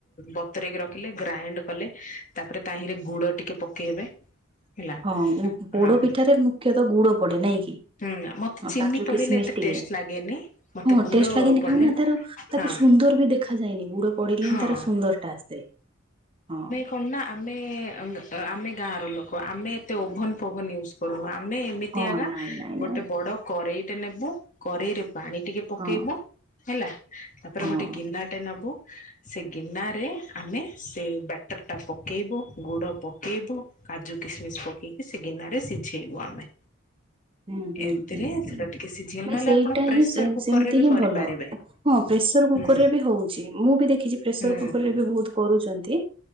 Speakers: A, on the left (about 40°); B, on the right (about 25°).
A: ପତରେ ରଖିଲେ, ଗ୍ରାଇଣ୍ଡ କଲେ ତାପରେ ତାହିରେ ଗୁଡ ଟିକେ ପକେଇବେ। ହେଲା
B: ହଁ <unintelligible> ପୋଡ
A: ହଁ
B: ପିଠାରେ ମୁଖ୍ୟତଃ ଗୁଡ ପଡେ ନାଇଁ କି।
A: ହୁଁ ମତେ
B: ହଁ
A: ଚିନି
B: କାଜୁ
A: ପଡିଲେ
B: କିସମିସ
A: ଏତେ
B: ଟିକେ,
A: ଟେଷ୍ଟ ଲାଗେନି ମତେ
B: ହଁ
A: ଗୁଡ
B: ଟେଷ୍ଟ ଲାଗନି
A: ପଡିଲେ
B: ଆଉ ନା ତାର ତାକୁ
A: ହଁ
B: ସୁନ୍ଦର ବି ଦେଖାଯାଏନି। ଗୁଡ ପଡିଲେ
A: ହଁ
B: ହିଁ ତାର ସୁନ୍ଦର ଟା ଆସେ। ହଁ।
A: ଫୋନ୍ ନା ଆମେ <unintelligible> ଆମେ ଗାଁର ଲୋକ, ଆମେ ଏତେ ଓଭନ ଫୋଭନ୍ ୟୁଜ୍ କରୁନ। ଆମେ ଏମିତି
B: ହଁ
A: ହେଲା
B: ନାଇଁ ନାଇଁ ନାଇଁ
A: ବଡ କରେଇ ଟା ନେବୁ କରେଇରେ ପାଣି ଟିକେ ପକେଇବୁ,
B: ହଁ
A: ହେଲା। ତାପରେ
B: ହଁ
A: ଗୋଟେ ଗିନାଟେ ନବୁ। ସେ ଗିନାରେ ଆମେ ସେ ବ୍ୟାଟର୍ଟା ପକାଇବୁ, ଗୁଡ଼ ପକାଇବୁ। କାଜୁ କିସମିସ୍ ପକେଇକି ସେ ଗିନାରେ ସିଝେଇବୁ ଆମେ।
B: ହୁଁ ହୁଁ
A: ଏମିତିରେ
B: ହୁଁ ହୁଁ,
A: ସେଟା ଟିକେ ସିଝେଇ
B: ନାଇଁ
A: ନହେଲେ
B: ସେଇଟା
A: ଆପଣ ପ୍ରେସର
B: ହିଁ <unintelligible>
A: କୁକର
B: ସେମିତି
A: ରେ ବି
B: ହିଁ
A: କରିପାରିବେ
B: ଭଲ। ହଁ ପ୍ରେସର କୁକର
A: ହୁଁ
B: ରେ ବି ହଉଛି। ମୁଁ ବି ଦେଖିଛି ପ୍ରେସର
A: ହୁଁ
B: କୁକର ରେ ବି ବହୁତ କରୁଛନ୍ତି।